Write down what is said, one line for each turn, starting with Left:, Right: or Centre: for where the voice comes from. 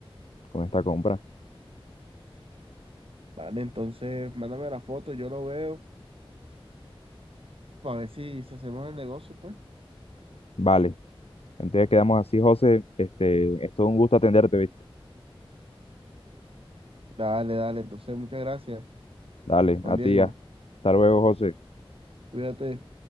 Left: con esta compra.
Right: Vale, entonces, mándame la foto, yo lo veo, para ver si, si hacemos el negocio, pues.
Left: Vale. Entonces quedamos así, José. Este, es todo un gusto atenderte, ¿viste?
Right: Dale, dale, entonces, muchas gracias,
Left: Dale,
Right: Juan
Left: a
Right: Diego,
Left: ti. ya Hasta luego, José.
Right: cuídate.